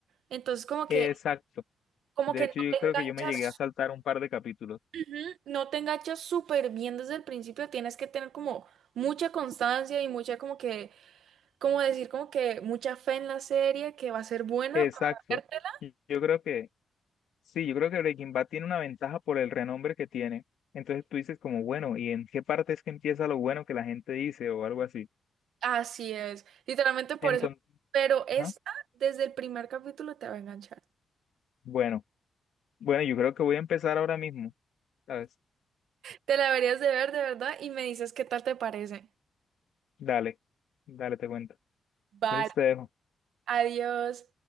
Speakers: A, on the right; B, on the left.
A: Entonces, como
B: Exacto.
A: que como
B: De
A: que
B: hecho,
A: no
B: yo
A: te
B: creo
A: enganchas,
B: que yo me llegué a saltar un par de capítulos.
A: ujú, no te enganchas súper bien desde el principio, tienes que tener como mucha constancia y mucha como que, como decir, como que mucha fe en la serie que va a ser buena
B: Exacto.
A: para vértela.
B: Y Yo creo que, sí, yo creo que Breaking Bad tiene una ventaja por el renombre que tiene. Entonces tú dices como, bueno, ¿y en qué parte es que empieza lo bueno que la gente dice o algo así?
A: Así es, literalmente por
B: Entonces,
A: eso. Pero esta,
B: ajá,
A: desde el primer capítulo te va a enganchar.
B: Bueno, bueno, yo creo que voy a empezar ahora mismo, ¿sabes?
A: Te la deberías de ver de verdad y me dices qué tal te parece.
B: Dale, dale, te cuento.
A: Vale,
B: Entonces te dejo.
A: adiós.